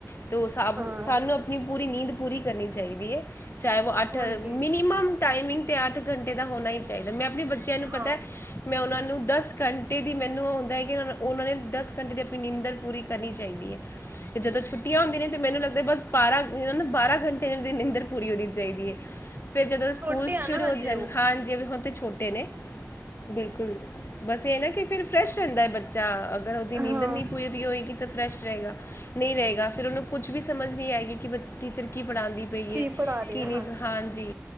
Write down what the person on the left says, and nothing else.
ਅਤੇ ਉਹ ਸ
ਸਾਨੂੰ ਆਪਣੀ ਪੂਰੀ ਨੀਂਦ ਪੂਰੀ ਕਰਨੀ ਚਾਹੀਦੀ ਹੈ ਚਾਹੇ ਉਹ ਅੱਠ
ਮਿਨੀਮਮ ਟਾਈਮਿੰਗ ਤੇ ਅੱਠ ਘੰਟੇ ਦਾ ਹੋਣਾ ਹੀ ਚਾਹੀਦਾ ਮੈਂ ਆਪਣੇ ਬੱਚਿਆਂ ਨੂੰ ਪਤਾ
ਮੈਂ ਉਹਨਾਂ ਨੂੰ ਦਸ ਘੰਟੇ ਦੀ ਮੈਨੂੰ ਹੈ ਕਿ ਉਹਨਾਂ ਨੇ ਦਸ ਘੰਟੇ ਦੀ ਆਪਣੀ ਨਿੰਂਦਰ ਪੂਰੀ ਕਰਨੀ ਚਾਹੀਦੀ ਹੈ ਤੇ ਜਦੋਂ ਛੁੱਟੀ ਟੁੀਆਂ ਹੁੰਦੀਆਂ ਨੇ ਅਤੇ ਮੈਨੂੰ ਲੱਗਦਾ ਬਸ ਬਾਰਾਂ ਇਹਨਾਂ ਨੂੰ ਬਾਰਾਂ ਘੰਟੇ ਇਹਨਾਂ ਦੀ ਨਿੰਦਰ ਪੂਰੀ ਹੋਣੀ ਚਾਹੀਦੀ ਹਏ। ਫ ਜਦੋਂ
ਸਕੂਲ ਸ਼ੁਰੂ
ਹੋ
ਜਾਣ
ਹਾਂ ਜਿਵੇ ਛੋਟੇ ਨੇ ਬਿਲਕੁਲ ਬਸ ਇਹ ਨਾ ਕਿ ਫਿਰ ਫਰੈਸ਼ ਬੱਚਾ ਅਗਰ ਉਹਦੀ ਨੀਂਦ
ਨਹੀਂ ਪੂਜਰੀ ਹੋਏਗੀ ਤਾਂ ਫਰੈਸ਼ ਰਹੇਗਾ। ਨਹੀਂ ਰਹੇਗਾ ਫਿਰ ਉਹਨੂੰ ਕੁੱਝ ਵੀ ਸਮਝ ਨਹੀਂ ਆਏਗੀ ਕਿ ਟੀਚਰ ਕੀ ਪੜ੍ਹਾਉਂਦੀ। ਬਈਏ
ਕਿ
ਨਹੀਂ ਹਾਂਜੀ।